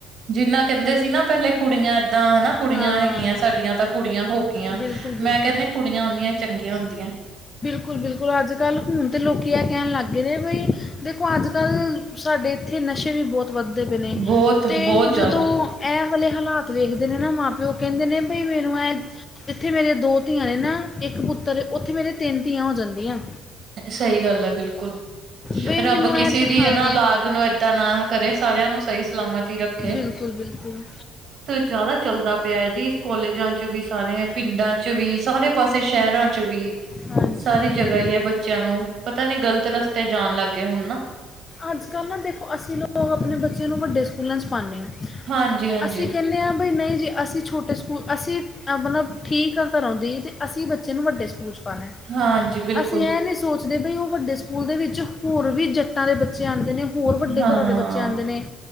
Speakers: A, on the right; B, on the left.
A: ਜਿੰਨਾ ਕੈਂਦੇ ਸੀ ਨਾ ਪੇਲੇ ਕੁੜੀਆਂ ਐਦਾਂ ਹਨਾ ਕੁੜੀਆਂ
B: ਹਾਂ
A: ਹੈਗੀਆਂ ਸਾਡੀਆਂ ਤਾਂ ਕੁੜੀਆਂ ਹੋ ਗੀਆਂ
B: ਬਿਲਕੁਲ ਬਿਲਕੁਲ
A: ਮੈਂ ਕੈਂਦੀ ਕੁੜੀਆਂ ਓਨੀਆਂ ਚੰਗੀਆਂ ਹੁੰਦੀਐਂ।
B: ਬਿਲਕੁਲ-ਬਿਲਕੁਲ, ਆੱਜ-ਕਾੱਲ੍ਹ ਹੁਨ ਤੇ ਲੋ ਕੀ ਐ ਕੈਨ ਲਾੱਗ ਗੇ ਨੇ ਬਈ, ਦੇਖੋ ਆੱਜ-ਕੱਲ੍ਹ ਸਾਡੇ ਏਥੇ ਨਸ਼ੇ ਵੀ ਬੋਤ ਵੱਦੇ ਪਏ ਨੇ,
A: ਬਹੁਤ
B: ਤੇ
A: ਬਹੁਤ ਜ਼ਿਆਦਾ
B: ਜਦੋਂ ਐ ਵਲੇ ਹਾਲਾਤ ਵੇਖਦੇ ਨੇ ਨਾ ਮਾਂ-ਪੇਓ ਕੈਂਦੇ ਨੇ ਬਈ ਮੈਨੂੰ ਐਂ ਜਿੱਥੇ ਮੇਰੀਆਂ ਦੋ ਧੀਆਂ ਨੇ ਨਾ, ਇੱਕ ਪੁੱਤਰ ਓਥੇ ਮੇਰੇ ਤਿੰਨ ਧੀਆਂ ਹੋ ਜਾਂਦੀਆਂ।
A: ਸਈ ਗੱਲ ਏ ਬਿਲਕੁਲ।
B: ਬਈ
A: ਰਾੱਬ
B: ਮੈਨੂੰ
A: ਕਿਸੇ
B: ਇਹ ਤਾਂ
A: ਦੀ
B: ਹਾਂ
A: ਹਨਾ ਅਲਾਦ ਨੂੰ ਏਦਾਂ ਨਾ ਕਰੇ ਸਾਰੇਆਂ ਨੂੰ ਸਈ ਸਲਾਮਤ ਈ ਰੱਖੇ।
B: ਬਿਲਕੁਲ ਬਿਲਕੁਲ।
A: ਜਾਦਾ ਚੱਲਦਾ ਪੇਐ ਜੀ ਕੋਾਲਜਾਂ ਚ ਵੀ ਸਾਰੇਆਂ ਪਿੰਡਾਂ 'ਚ ਵੀ ਸਾਰੇ ਪਾਸੇ ਸੈ਼ ਰਾਂ ਚ' ਵੀ।
B: ਹਾਂਜੀ
A: ਸਾਰੀ ਜਗ੍ਹਾ ਏ ਈ ਏ ਬੱਚੇਆਂ ਨੂੰ, ਪਤਾ ਨੀ ਗ਼ਲਤ ਰਸਤੇ ਜਾਨ ਲਾੱਗ ਗੇ ਹੁਨ ਨਾ।
B: ਆੱਜ-ਕਾੱਲ ਨਾ ਦੇਖੋ ਅਸੀਂ ਲੋਗ ਅਪਨੇ ਬੱਚੇਆ ਨੂੰ ਵੱਡੇ ਸਕੂਲਾਂ 'ਚ ਪਾਂਨੇ ਆਂ
A: ਹਾਂਜੀ ਹਾਂਜੀ
B: ਅਸੀਂ ਕੇਨੇ ਆਂ ਨਈ-ਨਈ ਜੇ ਅਸੀਂ ਛੋਟੇ ਸੁਕੂ ਅਸੀਂ, ਆਪਨਾ ਠੀਕ ਘਰੋਂ ਦੀ੍ਹ ਤੇ ਅਸੀ ਬੱ ਚੇ ਨੂੰ ਵੱਡੇ ਸੁਕੂਲ ਪਾਣੈ,
A: ਹਾਂਜੀ ਬਿਲਕੁਲ
B: ਅਸੀਂ ਐ ਨੀ ਸੋਚ ਦੇ ਬਈ ਓ ਵੱਡੇ ਸੁਕੂਲ ਦੇ ਵਿੱਚ ਹੋਰ ਵੀ ਜ ਟਾਂ ਦੇ ਬੱਚੇ ਆਂਦੇ ਨੇ ਹੋਰ ਵੱਡੇ
A: ਹਾਂ
B: ਘਰਾਂ ਦੇ ਬੱਚੇ ਆਂਦੇ ਨੇ